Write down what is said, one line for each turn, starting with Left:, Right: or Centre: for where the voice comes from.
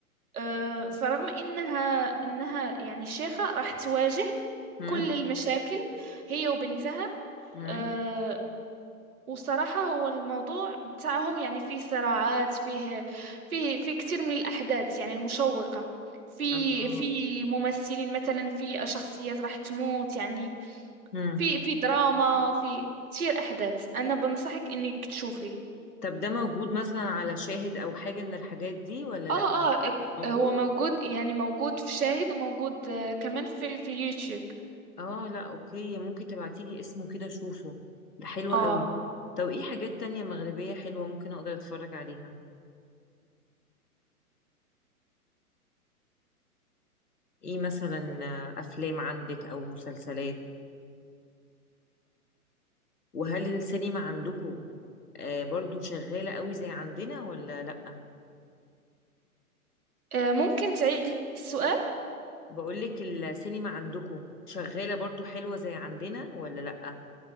Right: آه، فرغم انها انها يعني شيخة راح تواجه
Left: امم
Right: كل المشاكل هي وبنتها
Left: امم
Right: آه، وصراحة هو الموضوع بتاعهم يعني فيه صراعات فيه فيه فيه كثير من الأحداث يعني المشوقة في
Left: الله
Right: في ممثلين مثلا في شخصيات راح تموت يعني
Left: امم
Right: في في دراما في كتير احداث انا بنصحك انك تشوفيه
Left: طب ده موجود مثلا على شاهد او حاجه من الحاجات دي ولا
Right: اه
Left: لا
Right: اه
Left: موجود
Right: هو موجود يعني موجود في شاهد وموجود آه، كمان في في اليوتيوب
Left: اه لا اوكي ممكن تبعتي لي اسمه كده اشوفه ده حلو
Right: اه
Left: قوي طب ايه حاجات تانية مغربيه حلوه ممكن اقدر اتفرج عليها ايه مثلا آه، افلام عندك او مسلسلات وهل السينما عندكم برضو شغالة قوي زي عندنا ولا لأ
Right: آه، ممكن تعيدي السؤال
Left: بقولك السينما عندكم شغالة برضو حلوة زي عندنا ولا لأ